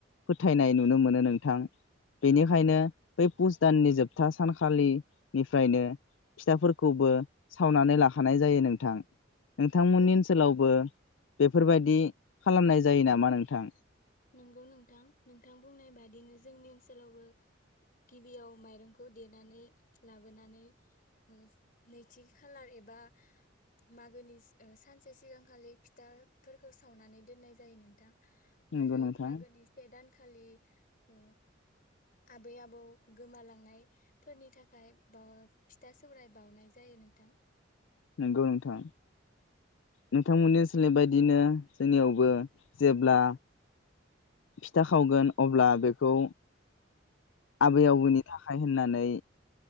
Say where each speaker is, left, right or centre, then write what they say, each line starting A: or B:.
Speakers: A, on the left (about 80°); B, on the left (about 45°).
A: फोथायनाय नुनो मोनो नोंथां बेनिखायनो ब पुस दाननि जोबथा सानखालिनिफ्रायनो फिथाफोरखौबो सावनानै लाखानाय जायो नोंथां। नोंथांमोननि
B: नंगौ नोंथां
A: ओनसोलावबो बेफोरबायदि खालामनाय जायो नामा नोंथां?
B: नंगौ नोंथां नोंथां बुंनाय बादिनो जोंनि ओनसोलावबो गिबियाव माइरंखौ देनानै लाबोनानै ओ नैथि खालार एबा मागोनि सानसे सिगांखालि फिथाफोरखौ सावनानै दोननाय जायो नोंथां।
A: नंगौ
B: आरो
A: नोंथां
B: मागोनि से दानखालि ओ आबै-आबौ गोमालांनायफोरनि थाखाय बा फिथा-सौराय बाउनाय जायो नोंथां।
A: नंगौ नोंथां नोंथांमोननि ओनसोलनि बायदिनो जोंनियावबो जेब्ला फिथा खावगोन अब्ला बेखौ आबै आबौनि थाखाय होननानै